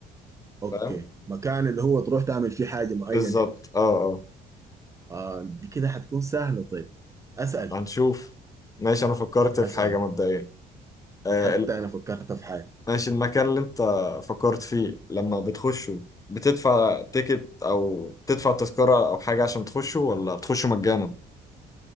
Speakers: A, on the right; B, on the left.
A: اوكي
B: فاهم؟
A: مكان اللي هو تروح تعمل فيه حاجه معينه
B: بالظبط
A: يعني
B: اه
A: اه دي كده حتكون سهله طيب اسال
B: اه هنشوف ماشي انا فكرت في
A: اسال
B: حاجة مبدئيا آه
A: حتى
B: ال-
A: انا فكرت في حاجه
B: ماشي المكان اللي انت فكرت فيه لما بتخشه بتدفع تيكت او تدفع تذكرة او حاجة عشان تخشه ولا بتخشه مجانا